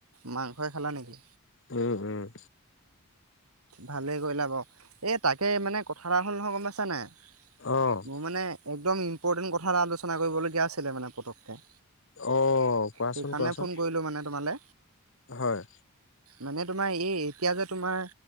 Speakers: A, on the right (about 80°); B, on the left (about 60°).
A: মাংসই খালা নেকি।
B: উম! উম!
A: ভালেই কৰিলা বাৰু এই তাকে মানে কথা এটা হ'ল নহয় গম পাইছ নাই।
B: অ',
A: মোৰ মানে একদম ইম্পৰ্টেন্ট কথা এটা আলোচনা কৰিবলগীয়া আছিলে মানে পতককে
B: অ কোৱাচোন
A: সেইকাৰণে
B: কোৱাচোন
A: ফোন কৰিলো মানে তোমালে
B: হয়
A: মানে তোমাৰ এই এতিয়া যে তোমাৰ